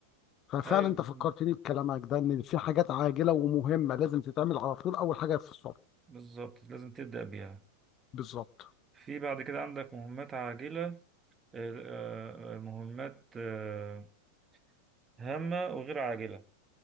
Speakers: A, on the left; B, on the right.
A: ففعلا
B: أيوة
A: انت فكرتني بكلامك ده ان في حاجات عاجله ومهمه لازم تتعمل على طول اول حاجه في الصبح
B: بالظبط لازم تبدأ بيها
A: بالظبط
B: في بعد كده عندك مهمات عاجلة آه، آه، مهمات آه، هامة وغير عاجلة